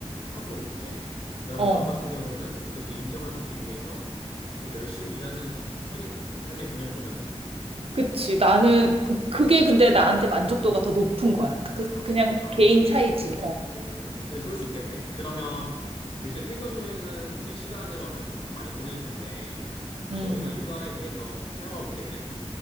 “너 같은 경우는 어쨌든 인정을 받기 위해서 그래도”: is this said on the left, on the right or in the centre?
Left